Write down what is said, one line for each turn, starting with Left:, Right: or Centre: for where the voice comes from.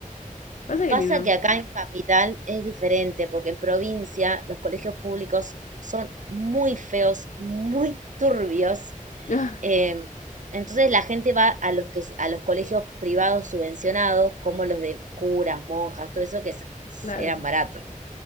Left: Pasa que
Right: Pasa
Left: mi mamá...
Right: que acá en capital es diferente, porque en provincia los colegios públicos son muy feos, muy turbios.
Left: <laughs>
Right: em, entonces la gente va a los que, s- a los colegios privados subvencionados, como los de curas, monjas, todo eso que s- s-
Left: Claro.
Right: eran baratos.